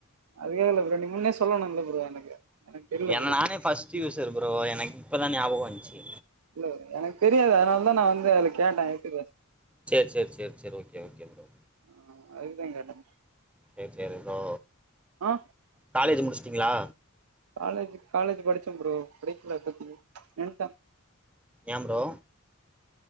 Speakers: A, on the right; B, in the centre.
A: அதுகாக இல்ல ப்ரோ நீங்க முன்னே சொல்லணும்ல ப்ரோ எனக்கு எனக்கு தெரில
B: என்
A: ப்ரோ
B: நானே ஃபஸ்ட்டு யூசர் ப்ரோ எனக்கு இப்பதா ஞாபகம் வந்துச்சு
A: இல்ல எனக்கு தெரியாது அதுனாலதா நான் வந்து அதுல கேட்டே எப்டி பேச
B: சேரி சேரி சேரி சேரி ஓகே ஓகே ப்ரோ
A: ஆ அதுக்கு தா கேட்டே
B: சேரி சேரி ப்ரோ
A: ஆ
B: காலேஜ் முடிச்சுட்டிங்களா
A: காலேஜ் காலேஜ் படிச்சே ப்ரோ படிக்கல அப்ப தின் நின்னுட்டே
B: ஏ ப்ரோ